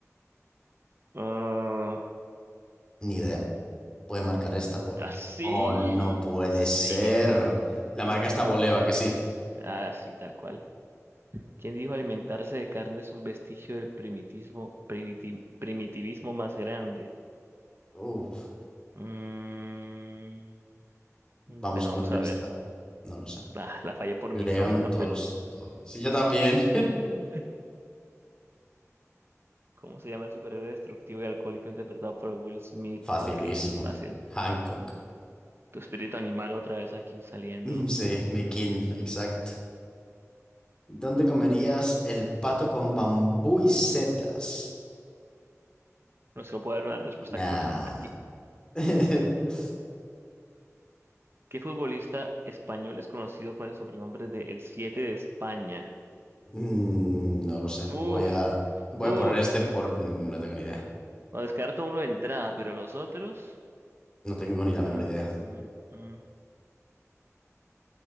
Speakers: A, on the right; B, on the left.
A: ah,
B: Ni idea. Voy a marcar esta por...
A: ah, sí.
B: Oh, no puede
A: Sí.
B: ser. La marca está Boleva, que sí.
A: Ah, sí, tal cual. ¿Quién dijo alimentarse de carne es un vestigio del primitismo, primiti- primitivismo más grande?
B: Uf.
A: Mm,
B: Vamos
A: bueno,
B: a
A: vamos
B: poner
A: a ver.
B: esta. No lo sé.
A: Ah, la fallé por
B: León
A: misógino.
B: Tolstoy. Sí, yo también.
A: <laughs> ¿Cómo se llama el superhéroe destructivo y alcohólico interpretado por Will Smith?
B: <laughs> Facilísimo.
A: Ok, esta es fácil.
B: Hancock.
A: Tu espíritu animal otra vez aquí saliendo.
B: Mm, Sí, McKean, exacto. ¿Dónde comerías el pato con bambú y setas?
A: No se puede dar una respuesta
B: Nah.
A: <laughs> correcta aquí.
B: <laughs>
A: ¿Qué futbolista español es conocido con el sobrenombre de El 7 de España?
B: Mm, no lo sé. Voy
A: Uf,
B: a, voy
A: uf.
B: a poner este por... No tengo ni idea.
A: O descarto uno de entrada, pero los otros.
B: No tengo ni la
A: mm,
B: menor idea.
A: mm, mm,